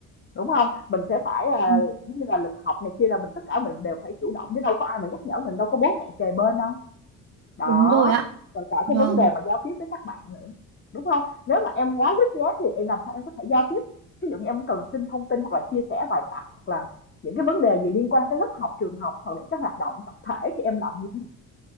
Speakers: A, on the left; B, on the right.
A: đúng không mình sẽ phải à,
B: ừ,
A: giống như là lịch học này kia là mình tất cả mình đều phải chủ động chứ đâu có ai mà nhắc nhở mình đâu có bố mẹ kề bên đâu đó
B: đúng rồi ạ.
A: rồi cả
B: Vâng.
A: cái vấn đề mà giao tiếp với các bạn nữa đúng không nếu mà em quá nhút nhát thì em làm sao em có thể giao tiếp ví dụ như em cần xin thông tin hoặc là chia sẻ bài tập hoặc là những cái vấn đề gì liên quan tới lớp học trường học hoặc những cái hoạt động tập thể thì em làm như thế nào